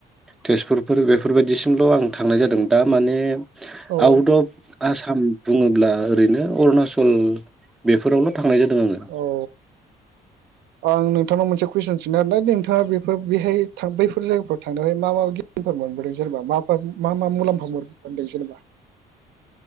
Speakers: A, in the centre; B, on the right.
A: तेजपुरफोर बेफोरबायदिसिमल' आं थांनाय जादों दा माने
B: औ
A: आउट अफ आसाम बुङोब्ला ओरैनो अरुणाचल बेफोरावल थांनाय जादों आंङो।
B: औ आं नोंथांनाव मोनसे कुइसन सोंनो आरो ना नोंथाङा बेफोर बेहाय थां बैफोर जायगाफोराव थांनानै मा मा गियानफोर मोनबोदों जेनेबा मा मा मा मुलाम्फा मोनबोदों जेनेबा?